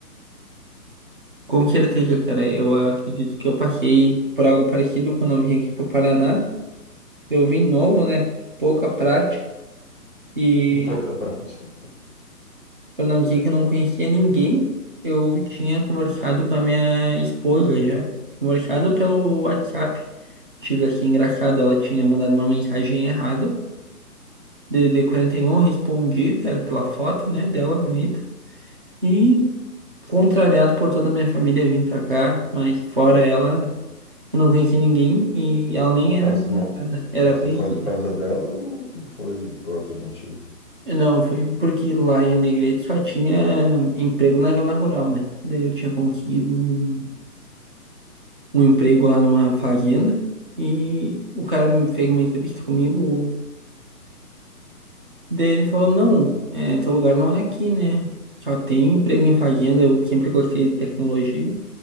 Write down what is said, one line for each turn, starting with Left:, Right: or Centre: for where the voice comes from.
Right: Com certeza, cara. Eu acredito que eu passei por algo parecido quando eu vim aqui pro Paraná. Eu vim novo, né? Pouca prática.
Left: <laughs>
Right: E
Left: Com pouca prática.
Right: pra não dizer que eu não conhecia ninguém, eu tinha conversado com a minha esposa já. Conversado pelo WhatsApp. Digo assim, engraçado, ela tinha mandado uma mensagem errada. D D quarenta DDD41, respondi, cara, pela foto, né, dela bonita. E contrariado por toda a minha família vim pra cá, mas fora ela, eu não conheci ninguém e ela nem era
Left: Mas
Right: minha
Left: tu não.
Right: namorada, era
Left: Mas
Right: conhecida.
Left: tu foi por causa dela ou tu foi por outros motivos?
Right: Eu Não, foi porque lá em Alegrete só tinha emprego na zona rural, né? Daí eu tinha conseguido um, um emprego lá numa fazenda e o cara me fez uma entrevista comigo, Daí ele falou, não, é, teu lugar não é aqui, né? Só tem emprego em fazenda, eu sempre gostei de tecnologia.